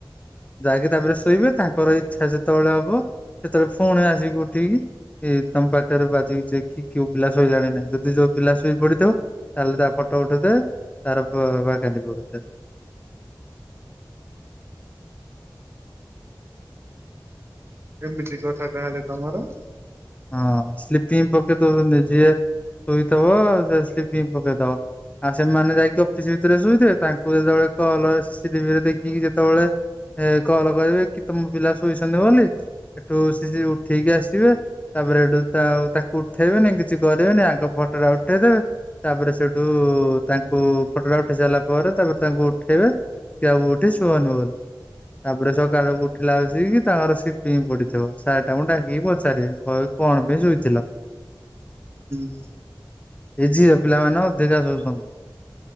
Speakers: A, on the left; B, on the right.
A: ଯାଇକି ତାପରେ ଶୋଇବେ। ତାଙ୍କର ଏଇ ଇଚ୍ଛା ଯେତେବେଳେ ହବ ସେତେବେଳେ ପୁଣି ଆସିକି ଉଠିକି ଏ ତମ ପାଖରେ <unintelligible> କେଉ ପିଲା ଶୋଇଲାଣି ନାଇ, ଯଦି ଯୋଉ ପିଲା ଶୋଇପଡିଥିବ ତାହେଲେ ତାର ଫଟୋ ଉଠେଇଦେବେ ତାର ଭାକାଣ୍ଡି ପକେଇଦେବେ।
B: ଏମିତି କଥା ତାହେଲେ ତମର।
A: ହଁ। ସ୍ଲିପିଙ୍ଗ ପକେଇଦବନି ଯିଏ ଶୋଇଥବ ସେ ସ୍ଲିପିଙ୍ଗ ପକେଇଦବ। ଆଉ ସେମାନେ ଯାଇକି ଅଫିସ ଭିତରେ ଶୋଇଥିବେ, ତାଙ୍କୁ ଯେତେବେଳେ କଲ୍ ସିସିଟିଭିରେ ଦେଖିକି ଯେତେବେଳେ ଏ କଲ୍ କରିବେ କି ତମ ପିଲା ଶୋଇଛନ୍ତି ବୋଲି, ହେଠୁ ସେ ଯିବେ ଉଠେଇକି ଆସିବେ ତାପରେ ହେଠୁ ତାକୁ ଉଠେଇବେନି କିଛି କରିବେନି ଆଗ ଫଟୋଟା ଉଠେଇଦେବେ। ତାପରେ ସେଠୁ ତାଙ୍କୁ ଫଟୋ ଟା ଉଠେଇ ସାରିଲା ପରେ ତାପରେ ତାଙ୍କୁ ଉଠେଇବେ। କି ଉଠ ସୁଅନି ବୋଲି। ତାପରେ ସକାଳୁକୁ ଉଠିଲା ବସିକି କି ତାଙ୍କର ସ୍ଲିପିଙ୍ଗ ପଡିଥିବ। ସାର୍ ତାଙ୍କୁ ଡାକିକି ପଚାରିବେ। କହିବେ କଣ ପାଇଁ ଶୋଇଥିଲ।
B: ଉଁ।
A: ଏ ଝିଅ ପିଲା ମାନେ ଅଧିକା ଶୋଉଛନ୍ତି।